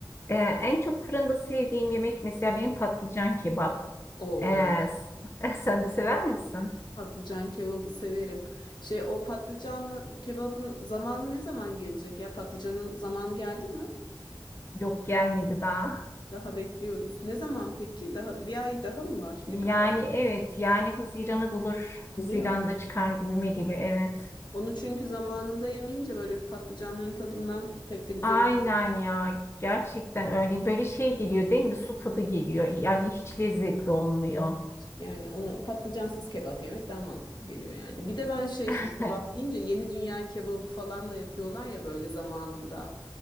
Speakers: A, on the left; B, on the left.
A: Ee, en çok fırında sevdiğim yemek mesela benim patlıcan kebap.
B: Oo,
A: Ee, s- <laughs> sen de sever misin?
B: patlıcan kebabı severim. Şey, o patlıcanlı kebabın zamanı ne zaman gelecek ya? Patlıcanın zamanı geldi mi?
A: Yok gelmedi daha.
B: Daha bekliyoruz. Ne zaman peki? Daha bir ay daha mı var?
A: Yani
B: Ne kadar
A: evet yani Haziran'ı bulur. Haziran'da
B: oluyor ama.
A: çıkar gibime geliyor evet.
B: Onu çünkü zamanında yemeyince böyle bir patlıcanların tadından pek de güzel
A: Aynen
B: olmuş.
A: ya gerçekten öyle böyle şey geliyor değil mi? Su tadı geliyor yani hiç lezzetli olmuyor.
B: Yani onu patlıcansız kebap yemek daha mantıklı geliyor yani. Bir de ben şey şimdi
A: <laughs>
B: kebap deyince yeni dünya kebabı falan da yapıyorlar ya böyle zamanında.